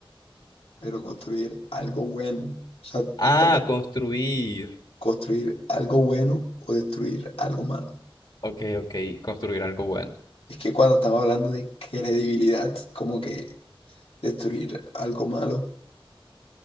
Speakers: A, on the left; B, on the left.
A: Pero construir algo bueno, o sea,
B: Ah,
A: estaría
B: construir.
A: construir algo bueno o destruir algo malo.
B: Ok, ok, construir algo bueno.
A: Es que cuando estamos hablando de credibilidad, como que destruir algo malo.